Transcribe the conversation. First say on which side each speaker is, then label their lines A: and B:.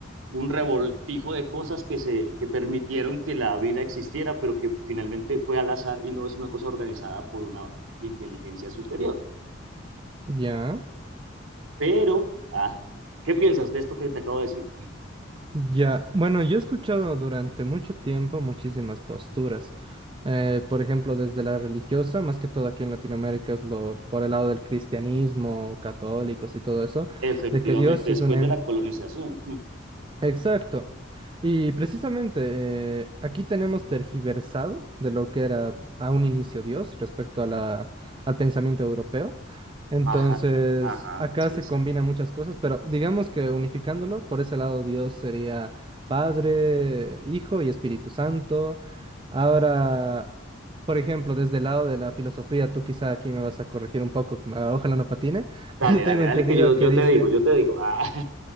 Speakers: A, on the right; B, on the right.
A: un revoltijo de cosas que, se, que permitieron que la vida existiera, pero que finalmente fue al azar y no es una cosa organizada por una inteligencia superior.
B: Ya,
A: Pero, ah, ¿qué piensas de esto que te acabo de decir?
B: ya. Bueno, yo he escuchado durante mucho tiempo muchísimas posturas. Eh, por ejemplo, desde la religiosa, más que todo aquí en Latinoamérica es lo por el lado del cristianismo, católicos y todo eso
A: Efectivamente,
B: de que Dios
A: después
B: es un ente
A: de la colonización.
B: Exacto. Y precisamente eh, aquí tenemos tergiversado de lo que era a un inicio Dios respecto a la, al pensamiento europeo. Entonces,
A: Ajá, ajá,
B: acá
A: sí,
B: se
A: sí.
B: combinan muchas cosas, pero digamos que unificándolo, por ese lado Dios sería Padre, Hijo y Espíritu Santo. Ahora, por ejemplo, desde el lado de la filosofía, tú quizá aquí me vas a corregir un poco, ah, ojalá no patine. <laughs>
A: Dale,
B: Yo tengo
A: dale, dale,
B: entendido
A: que yo,
B: que
A: yo
B: dicen...
A: te digo, yo te digo. Ah,